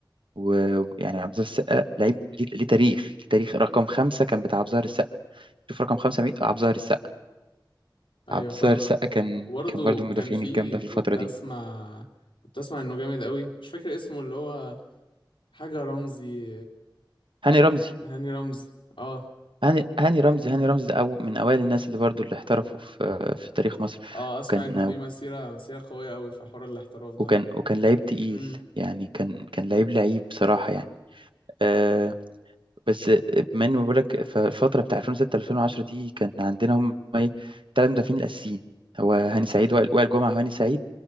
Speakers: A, on the right; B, on the left.
A: ويعني عبد الظاهر السقا لعيب ليه ليه تاريخ ليه تاريخ رقم خمسة كان بتاع عبد الظاهر السقا شوف رقم خمسة مين عبد الظاهر السقا
B: ايوه
A: عبد الظاهر
B: فاهم
A: السقا كان
B: وبرضه
A: كان برضو من
B: كان
A: المدافعين
B: في
A: الجامدة
B: كنت
A: في الفترة دي
B: اسمع كنت اسمع انه جامد قوي مش فاكر اسمه اللي هو حاجة رمزي
A: هاني رمزي
B: هاني رمزي اه
A: هاني هاني رمزي هاني رمزي ده أو من أوائل الناس اللي برضو اللي احترفوا في في تاريخ مصر
B: اه اسمع
A: وكان
B: انه ليه مسيرة مسيرة قوية قوي في حوار الاحتراف ده
A: وكان وكان لعيب تقيل
B: امم
A: يعني كان كان لعيب لعيب بصراحة يعني آه، بس بما اني بقول لك فالفتره بتاع 2006 2010 دي كان عندنا هم ايه ثلاث مدافعين الاساسيين هو هاني سعيد
B: امم
A: وائل وائل جمعه وهاني سعيد